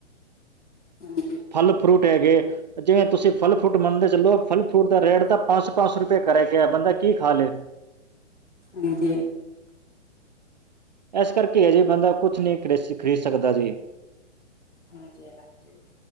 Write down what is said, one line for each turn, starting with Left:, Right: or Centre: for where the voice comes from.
Left: ਹਾਂਜੀ
Right: ਫਲ ਫਰੂਟ ਹੈਗੇ ਜਿਵੇਂ ਤੁਸੀਂ ਫਲ ਫਰੂਟ ਮੰਨਦੇ ਚਲੋ ਫਲ ਫਰੂਟ ਦਾ ਰੇਟ ਤਾਂ ਪੰਜ ਸੌ ਪੰਜ ਸੌ ਰੁਪਏ ਕਰੇਗੇ। ਬੰਦਾ ਕੀ ਖਾ ਲੈ।
Left: ਜੀ ਜੀ
Right: ਇਸ ਕਰਕੇ ਇਹਜੇ ਬੰਦਾ ਕੁਛ ਨਹੀਂ ਖ ਖਰੀਦ ਸਕਦਾ ਜੀ।
Left: ਹਾਂਜੀ ਹਾਂਜੀ। <unintelligible>